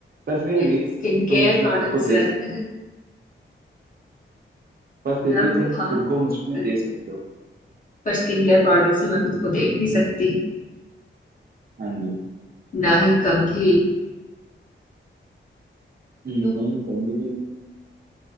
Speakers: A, on the right; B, on the left.
A: पर फिर
B: मेरे
A: भी
B: स्किन
A: तुम
B: केयर
A: मुझ में
B: प्रोडक्ट्स
A: खुद को देख
B: रहते
A: सकते
B: हैं
A: हो पर फिर
B: ना
A: भी
B: मेरे
A: तुम
B: हाथ
A: खुद को मुझ में
B: में-
A: देख सकते हो
B: पर स्किन केयर प्रोडक्ट्स में मैं खुद को देख नहीं सकती
A: हाँ जी
B: ना ही कंघी
A: हम्म,
B: तो
A: नहीं कमी भी नहीं